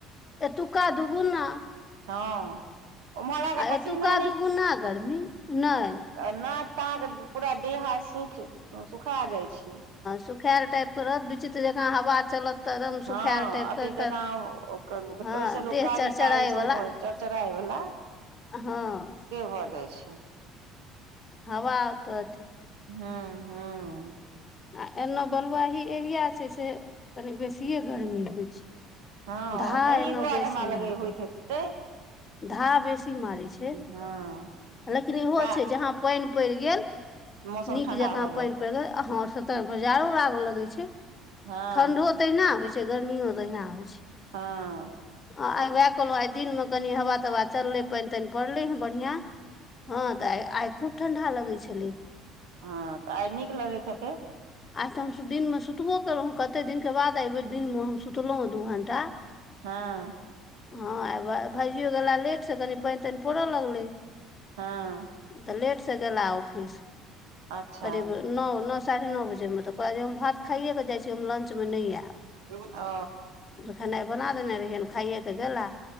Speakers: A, on the left; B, on the right.
A: एतुका दुगुना।
B: हँ उम्हर अहाँके
A: आ
B: पसीना
A: एतुका दुूगुना गर्मी नहि।
B: आ नाक ताक पूरा देह हाथ सुखि सुखा जाइ छै।
A: सुखाले टाइप के रहत विचित्र जकाँ हवा चलत। तऽ एकदम सुखायल
B: हँ,
A: टाइप
B: अथी
A: के
B: जका
A: कर,
B: ओहिस
A: हँ
B: लोक
A: देह
B: कारी
A: चरचराय
B: तारी
A: वला
B: भऽ। चर्चराय बला।
A: हँ
B: से भऽ जाइ छै।
A: हवा अतऽ
B: हूँ -हूँ
A: आ एन्ना बलुआही एरिया छै से कनि बेसिए गर्मी होइत छै।
B: हँ-
A: धा
B: हँ ताहि
A: एनो
B: दुआरे
A: बेसी
B: हमरा लग
A: अहाँके
B: होइत हेतै।
A: धा बेसी मारै छै
B: हँ
A: लेकिन इहो
B: गा
A: छै जहाँ पाइन पड़ गेल
B: मौसम
A: नीक
B: ठण्डा
A: जका
B: भऽ जाय
A: पाइन पड़ गेल हहं से त पर जाड़ू राग लगे छै।
B: हँ
A: ठण्डो तहिना होइ छै, गर्मियो तअहिना होइ छै।
B: हँ
A: आ आइ उएह कहलहुँ आइ दिनमे कनि हवा तवा चललै पईन तईन पड़लै हे बढ़िआं। हँ तऽ आइ आइ खूब ठंढा लगै छलै।
B: हँ तऽ आई नीक लगैत हेतै।
A: आइ तऽ हम दिनमे सुतबो कयलहुँ कतेक दिनके बाद अयबै दिनमे हम सुतलहुँ दू घण्टा।
B: हँ
A: हँ, आ भाजिओ गेला लेटसँ कनि पाईन ताईन पड़य लगलै।
B: हँ
A: तऽ लेट से गेला ऑफिस
B: अच्छा
A: करीब नओ -नओ साढ़े नओ बजेमे तऽ कह जे हम भात खाइएकेऽ जाइ छी हम लंचमे नई ऐब
B: ऐ गो आ
A: खेनाइ बना देने रहियैन खाइे के गेला